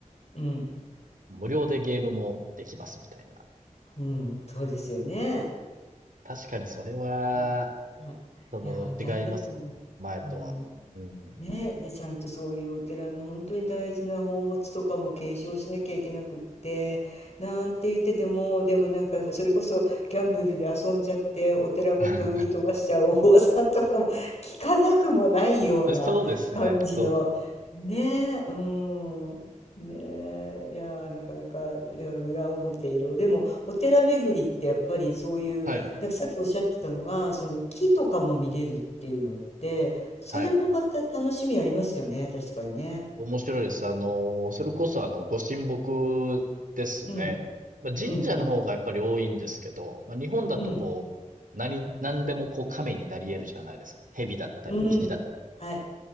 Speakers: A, on the left; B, on the right.
A: うん
B: 無料でゲームもできますみたいな。
A: うん、そうですよね。
B: 確かにそれは、
A: そうだいやー、
B: その、
A: 大変だと思う。
B: 違いますね。前とは。
A: うん
B: うん。
A: ね、で、ちゃんとそういうお寺の本当に大事な宝物とかも継承しなきゃいけなくって、なんて言ってても、でもなんかそれこそギャンブルで遊んじゃってお寺ごと売り飛ばしちゃうお坊さんとかも聞かなくもないような感じの、
B: <laughs> そうですね。そうです。
A: ねえ、うん。ねえ、いやーなかなかいや裏表色でもお寺巡りってやっぱりそういうなんかさっきおっしゃってたのがその木とかも見れるっていうのってそれもまた楽しみありますよね、
B: はい。はい。
A: 確かにね。
B: 面白いです。あの、それこそあの、
A: うん、
B: ご神木ですね。
A: うん、
B: まあ、神社の方がやっぱり多いんですけど、
A: うん、うん、
B: まあ、日本だとこう、
A: うん、
B: 何、何でもこう神になり得るじゃないですか。蛇だったり、
A: うんはい、
B: 石だった